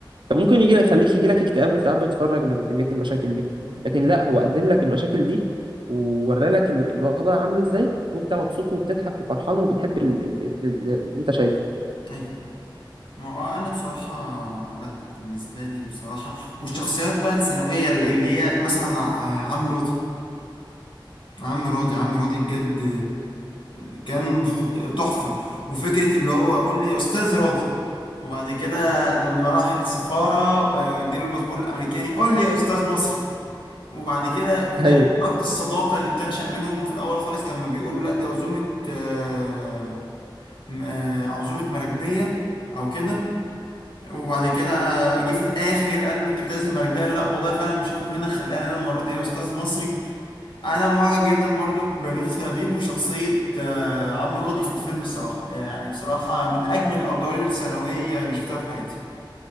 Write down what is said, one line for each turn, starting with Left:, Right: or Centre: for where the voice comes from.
Right: كان ممكن يجي لك يخليك يجي لك اكتئاب وانت قاعد بتتفرج من كمية المشاكل دي
Left: م-م.
Right: لكن لا هو قدم لك المشاكل دي وورى لك ال- الوضع عامل ازاي وانت مبسوط وبتضحك وفرحان وبتحب ال- ال- ال- ال- اللي انت شايفه
Left: ايوه ايوه ما هو انا بصراحه لا لا بالنسبه لي بصراحه والشخصيات بقى الثانويه اللي هي مثلا ع- آه، عم راضي عم راضي عم راضي بجد آه، كان خط- تحفه وفكره اللي هو قول لي يا استاذ راضي وبعد كده لما راح السفاره آه، جاله الباسبور الامريكاني قول لي يا استاذ مصري وبعد كده في
Right: ايوه
Left: الاخر علاقه الصداقه اللي بتنشا منهم في الاول خالص لما بيقول له لا دي عزومه آه، م- آه، عزومه مراكبيه او كده وبعد كده جه في الاخر قال له انت بتعزم مراكبيه قال له لا والله فعلا مش هاخد منك خليها لنا المره دي يا استاذ مصري انا معجب جدا برضو بلطفي لبيب وشخصيه آه، عم راضي في الفيلم الصراحه يعني بصراحه من اجمل الادوار الثانويه اللي شفتها في حياتي